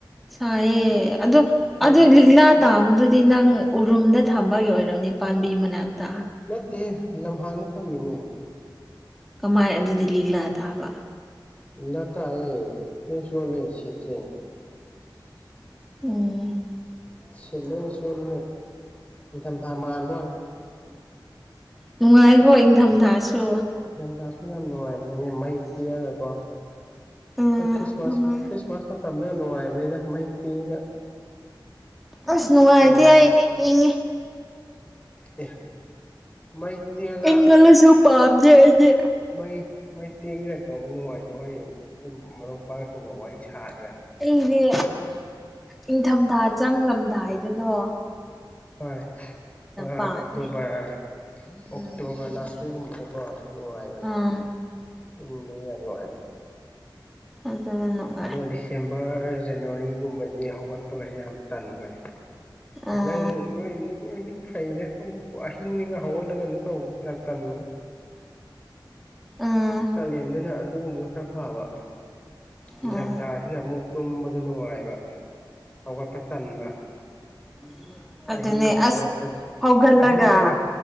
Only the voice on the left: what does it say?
ꯌꯥꯝ
ꯅꯠꯇꯦ ꯂꯝꯍꯥꯡꯅ ꯊꯝꯃꯤꯅꯦ
ꯅ ꯇꯥꯏꯌꯦ ꯂꯣꯢ ꯆꯣꯠꯂꯦ ꯁꯤꯁꯦ
ꯁꯤꯜꯂ ꯁꯣꯟ ꯏꯟꯊꯝ ꯊꯥ ꯃꯥꯟꯕꯩ ꯋꯥꯅꯤ
ꯀꯥꯁꯃꯤꯔ ꯌꯥꯝꯝ ꯂꯅꯨꯡ ꯅꯦ ꯃꯩ ꯇꯤꯔꯒꯀꯣ
ꯈ꯭ꯔꯤꯁꯃꯥꯁ
ꯈ꯭ꯔꯤꯁꯃꯥꯁ ꯃꯇꯝꯗꯨꯅ ꯅꯨꯡꯉꯥꯏꯕꯅꯤꯗ ꯃꯩꯛꯇꯤꯒ
ꯏꯃꯥ
ꯑꯦ ꯃꯩ ꯇꯤꯛꯑꯒ
ꯃꯩ ꯃꯩ ꯇꯦꯛꯉꯒ ꯇꯧꯕ ꯅꯨꯡꯉꯥꯏꯗꯣ ꯑꯩꯈꯣꯏ ꯑꯩꯈꯣꯏ ꯃꯔꯨꯞ ꯃꯄꯥꯡꯁꯤꯡꯒ ꯋꯥꯔꯤ ꯁꯥꯔꯒ
ꯍꯣꯏ ꯍꯣꯏ ꯍꯣꯏ
ꯑꯣꯛꯇꯣꯕꯔ ꯑꯣꯛꯇꯣꯕꯔ
ꯂꯥꯁ ꯋꯤꯒꯨꯝꯕꯗꯀꯣ ꯅꯨꯡꯉꯥꯏꯕꯅꯦ
ꯎꯝꯗꯤ ꯌꯥꯝ ꯅꯨꯡꯉꯥꯏꯦ
ꯑꯗꯨꯒ ꯗꯤꯁꯦꯝꯕꯔ ꯖꯅꯋꯥꯔꯤꯒꯨꯝꯕꯗꯤ ꯍꯧꯒꯠꯄꯒꯁꯨ ꯌꯥꯝ ꯇꯟꯕꯅꯦ ꯑꯩꯁ
ꯅꯪꯣꯏ ꯅꯣꯏꯗꯤ ꯐꯩꯔꯦ ꯅꯣꯏꯗꯤ ꯑꯍꯤꯡꯅꯤꯒ ꯍꯧꯍꯜꯂꯒꯅ ꯇꯧꯕ ꯌꯥꯝ ꯇꯟꯕꯣꯏ
ꯀꯥꯂꯦꯟꯗꯅ ꯑꯗꯨꯒꯨꯝꯕꯗꯣ ꯈꯔ ꯐꯕ ꯅꯤꯡꯊꯝꯊꯥ
ꯑꯁꯤꯅ ꯑꯃꯨꯛ ꯇꯨꯝꯕꯗ ꯅꯨꯡꯉꯥꯏꯕ ꯍꯧꯒꯠꯄ ꯇꯟꯕ
ꯑꯍꯤꯡꯗꯒ ꯍꯧꯒꯠꯄ
ꯑꯍꯤꯡꯗꯒ